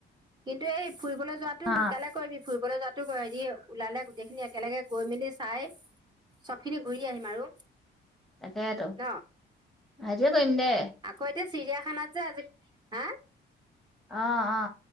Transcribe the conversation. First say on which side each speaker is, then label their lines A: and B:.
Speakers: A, on the right; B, in the centre.
A: কিন্তু এই ফুৰিবলৈ যোৱাতো
B: অ
A: সোনকালে কৰিবি। ফুৰিব কবলৈ যোৱাতো হেৰি ওলালে গোটেইখিনি একেলগে গৈ মেলি চাই চবখিনি ঘূৰি আহিম আৰু।
B: তাকেইটো,
A: ন
B: সেইটোৱে কৰিম দে।
A: আকৌ এতিয়া চিৰিয়াখানাত যে আজি, হা?
B: অ-অ।